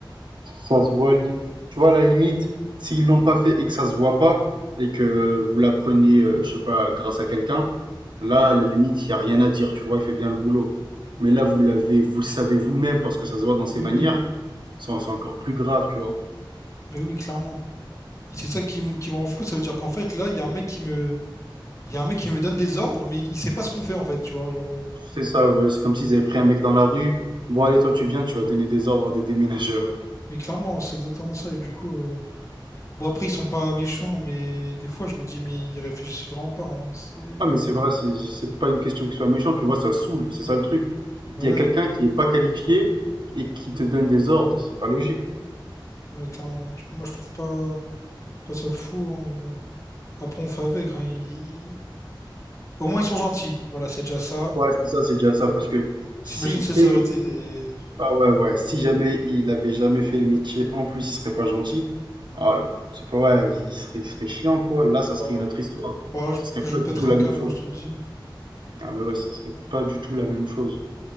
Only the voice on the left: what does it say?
mais
oui,
mais oui, clairement. Et c'est ça qui, me- qui me rend fou. Ça veut dire qu'en fait, là, il y a un mec qui me, il y a un mec qui me donne des ordres, mais il sait pas ce qu'on fait, en fait, tu vois. Genre, euh,
mais clairement, c'est exactement ça. Et du coup, euh, bon, après, ils sont pas méchants, mais des fois, je me dis, mais ils réfléchissent vraiment pas. hein. C'est,
ouais,
ouais, clairement. Du coup, moi, je trouve pas, pas ça fou, hein, mais bon. Après, on fait avec. hein. Ils- Au moins, ils sont gentils. Voilà, c'est déjà ça.
J'imagine si ça
aurait été des.
Bon,
bon, là,
je,
je pèterais
un câble,
hein, je te le dis.